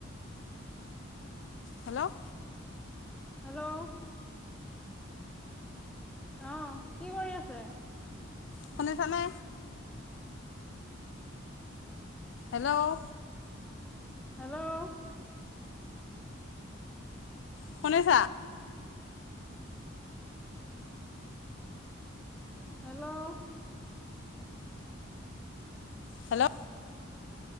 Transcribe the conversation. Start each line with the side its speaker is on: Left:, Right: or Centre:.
Left: হেল্ল'
Centre: হেল্ল' অ কি কৰি আছে?
Left: শুনিছেনে? হেল্ল'
Centre: হেল্ল'
Left: শুনিছা?
Centre: হেল্ল'
Left: হেল্ল'